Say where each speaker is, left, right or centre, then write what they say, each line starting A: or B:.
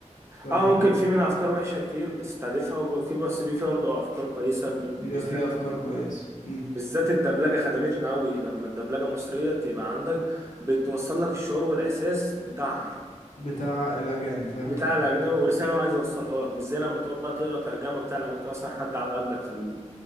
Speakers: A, on the left (about 80°); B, on the right (about 20°).
A: فاهم
B: اه ممكن
A: امم
B: في منها افكار وحشه كتير بتستهدفها وب- وفي بس بي- في برضه افكار كويسه بي-
A: بيبقى
B: بيستهدفها
A: فيها افكار كويسة امم
B: بالذات الدبلجه خدمتنا قوي لما الدبلجه مصريه تبقى عندك بتوصل لك الشعور والاحساس بتاعها
A: بتاع الاجانب
B: بتاع
A: فاهم اه
B: الاجنبي ورساله هو عايز يوصلها لك مش زي لما تقعد بقى تقرا ترجمه بتاع لو انت مثلا حد على قدك في ال-